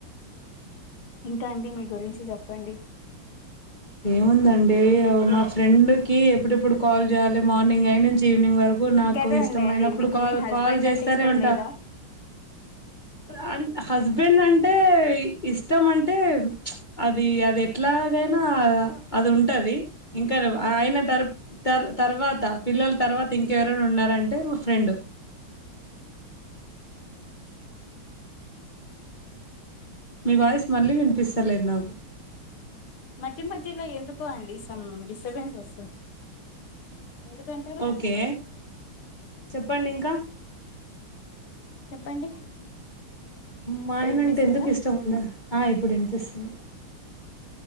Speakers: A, on the left; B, on the left.
A: ఇంకా అండి మీ గురించి చెప్పండి
B: ఏముందండి మా ఫ్రెండ్ కి ఎప్పుడెప్పుడు కాల్ చేయాలి మార్నింగ్ అయి నుంచి ఈవినింగ్ వరకు నాకు
A: ఇంకదే
B: ఇష్టమయినప్పుడు
A: ఉన్నాయండి మీకు
B: కాల్
A: మీ హస్బెండ్
B: కాల్ చేస్తానే
A: అంటే ఇష్టం
B: ఉంటా
A: లేదా
B: అ హస్బెండ్ అంటే ఇష్టం అంటే అది అది ఎట్లా ఎలాగైనా అది ఉంటది ఇంకా అయిన త తర్వాత పిల్లల తర్వాత ఇంకెవరైనా ఉన్నారంటే మా ఫ్రెండ్ మీ వాయిస్ మళ్ళీ వినిపిస్తలేదు నాకు
A: మధ్య మధ్యలో ఎందుకో అండి సమ్ డిస్టర్బెన్స్ వస్తుంది ఎందుకంటారు
B: ఓకే చెప్పండి ఇంకా
A: చెప్పండి
B: మా
A: ఇప్పుడు
B: ఆయన
A: వినిపిస్తుందా
B: అంటే ఎందుకు ఇష్టం ఉండది ఆ ఇప్పుడు వినిపిస్తుంది